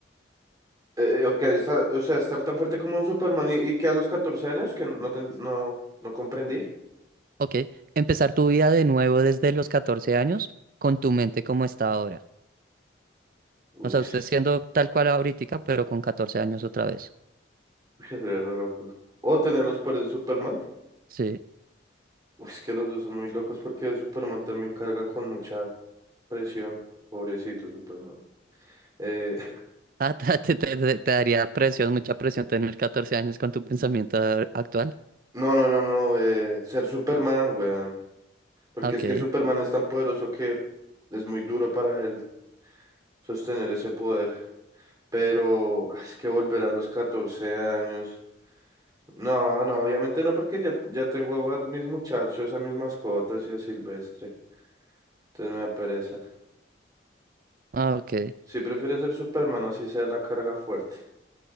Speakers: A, on the right; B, on the right.
A: Eh, ok, está- o sea, estar tan fuerte como un Superman y, y que a los 14 años que no, no, ten- no, no comprendí.
B: Ok, empezar tu vida de nuevo desde los 14 años con tu mente como está ahora.
A: Uy,
B: O sea, usted
A: <laughs>
B: siendo tal cual ahorita, pero con 14 años otra vez.
A: es re re loco. O tener los poderes de Superman.
B: Sí. <laughs>
A: Uy, es que los dos son muy locos porque Superman también carga con mucha presión. Pobrecito Superman. Eh, <laughs>
B: Ah, ta- te, te- te- te daría presión, mucha presión tener 14 años con tu pensamiento a- actual.
A: no, no, no, no. eh, ser Superman, weón. Porque
B: Ah, Ok,
A: es que Superman es tan poderoso que es muy duro para él sostener ese poder. Pero es que volver a los 14 años. No, no, obviamente no, porque ya, ya tengo a mis muchachos, a mis mascotas y a Silvestre. Entonces me da pereza.
B: Ah, ok,
A: Sí, prefiero ser Superman, así sea la carga fuerte.